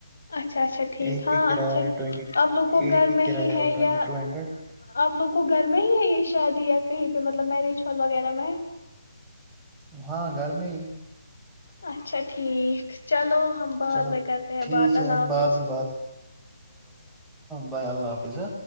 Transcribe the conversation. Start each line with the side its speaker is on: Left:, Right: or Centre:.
Left: اچھا اچھا ٹھیک
Centre: ایک
Left: ہاں
Centre: کی کرایہ
Left: اچھا
Centre: ہے ٹوینٹی
Left: آپ لوگ کو
Centre: ایک
Left: گھر
Centre: کی
Left: میں
Centre: کرایہ
Left: ہی ہے یا
Centre: ٹوینٹی ٹو ہنڈریڈ
Left: آپ لوگ کو گھر میں ہی ہے یہ شادی یا کہیں پہ مطلب میرج ہال وغیرہ میں ہے
Centre: ہاں گھر میں ہی
Left: اچھا ٹھیک چلو ہم بعد
Centre: چلو
Left: میں کرتے ہیں
Centre: ٹھیک
Left: بات اللہ
Centre: ہے ہم
Left: حافظ
Centre: بعد میں بھائی اللہ حافظ ہے